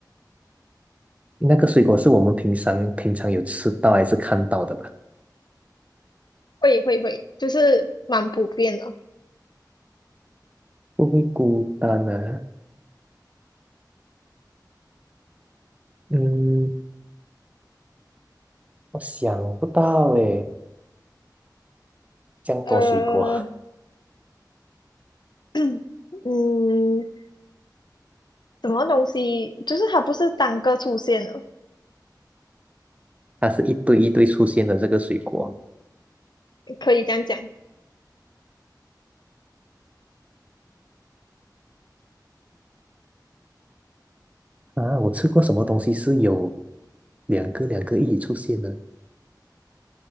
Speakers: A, on the right; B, on the left.
A: 那个水果是我们平常平常有吃到还是看到的吧？
B: 会会会，就是蛮普遍的。
A: 不会孤单啊？嗯，我想不到诶，这样多水果，
B: 呃，<coughs> <clears throat> 嗯，什么东西？就是它不是单个出现的，
A: <laughs> 它是一堆一堆出现的这个水果
B: 可以这样讲，
A: 啊。我吃过什么东西是有两个两个一起出现的？